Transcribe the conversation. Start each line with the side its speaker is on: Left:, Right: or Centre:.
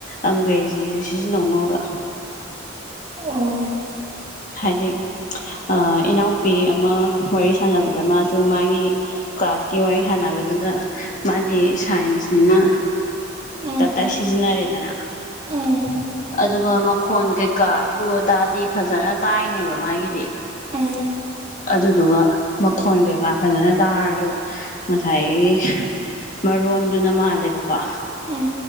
Left: ꯑꯪꯒ꯭ꯔꯦꯖꯤꯁꯨ ꯁꯤꯖꯤꯟꯅꯧꯅꯣꯕ
Right: ꯑꯣ
Left: ꯍꯥꯏꯗꯤ ꯑꯥ ꯏꯅꯥꯎꯄꯤ ꯑꯃ ꯋꯥꯔꯤ ꯁꯥꯟꯅꯕꯗ ꯃꯥꯁꯨ ꯃꯥꯒꯤ ꯀ꯭ꯂꯥꯁꯀꯤ ꯋꯥꯔꯤ ꯁꯅꯕꯗꯨꯗ ꯃꯥꯗꯤ ꯁꯥꯏꯟꯁꯅꯤꯅ
Right: ꯎꯝ
Left: ꯇ ꯇ ꯁꯤꯖꯅꯦ ꯆꯅ
Right: ꯎꯝ
Left: ꯑꯗꯨꯒ ꯃꯈꯣꯟ ꯀꯩ ꯀꯥ ꯑꯗꯨ ꯑꯗꯥꯗꯤ ꯐꯖꯅ ꯇꯥꯏꯅꯦꯕ ꯗꯤ
Right: ꯎꯝ
Left: ꯑꯗꯨꯗꯨꯒ ꯃꯈꯣꯟꯖ‌ꯦ ꯀꯀꯥ ꯐꯖꯅ ꯇꯥꯔꯁꯨ ꯉꯁꯥꯏꯒꯤ ꯃꯔꯣꯟꯗꯨꯅ ꯃꯥꯜꯂꯦꯕꯀꯣ
Right: ꯎꯝ